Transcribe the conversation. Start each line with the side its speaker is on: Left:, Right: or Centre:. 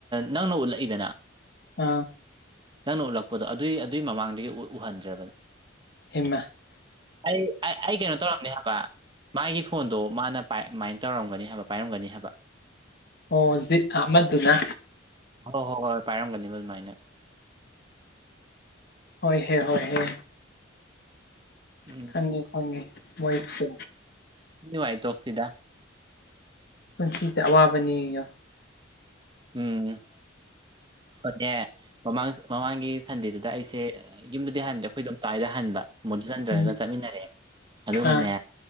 Right: ꯅꯪꯅ ꯎꯠꯂꯛꯏꯗꯅ
Left: ꯑꯥ
Right: ꯅꯪꯅ ꯎꯠꯂꯛꯄꯗꯣ ꯑꯗꯨꯏ ꯑꯗꯨꯏ ꯃꯃꯥꯡꯗꯒꯤ ꯎꯍꯟꯗ꯭ꯔꯕ
Left: ꯍꯤꯃ
Right: ꯑꯩ ꯑꯩ ꯑꯩ ꯀꯩꯅꯣ ꯇꯧꯔꯝꯅꯤ ꯍꯥꯏꯕ ꯃꯥꯒꯤ ꯐꯣꯟꯗꯣ ꯃꯥꯅ ꯑꯗꯨꯃꯥꯏꯅ ꯇꯧꯔꯝꯒꯅꯤ ꯍꯥꯏꯕ ꯄꯥꯏꯔꯝꯒꯅꯤ ꯍꯥꯏꯕ
Left: ꯑꯣ ꯕꯤꯠ ꯑꯃꯗꯨꯅ
Right: ꯍꯣꯏ ꯍꯣꯏ ꯍꯣꯏ ꯄꯥꯏꯔꯝꯒꯅꯤꯕ ꯑꯗꯨꯃꯥꯏꯅ
Left: ꯍꯣꯏ ꯍꯦ ꯍꯣꯏ ꯍꯦ
Right: ꯎꯝ
Left: ꯈꯪꯉꯦ ꯈꯪꯉꯦ ꯃꯣꯏꯗꯣ
Right: ꯅꯨꯉꯥꯏ ꯊꯣꯛꯁꯤꯗ
Left: ꯄꯨꯟꯁꯤꯁꯦ ꯑꯋꯥꯕꯅꯤ ꯌꯦꯑꯣ
Right: ꯎꯝ ꯍꯣꯏꯅꯦ ꯃꯃꯥꯡ ꯃꯃꯥꯡꯒꯤ ꯁꯟꯗꯦꯗꯨꯗ ꯑꯩꯁꯦ ꯌꯨꯝꯗꯗꯤ ꯍꯟꯗ꯭ꯔꯦ ꯑꯩꯈꯣꯏ ꯑꯗꯨꯝ ꯇꯥꯏꯗ ꯍꯟꯕ ꯃꯨꯠꯗꯨ ꯆꯟꯗꯔꯒ
Left: ꯎꯝ
Right: ꯆꯠꯃꯤꯟꯅꯔꯦ ꯑꯗꯨꯒꯅꯦ
Left: ꯑꯥ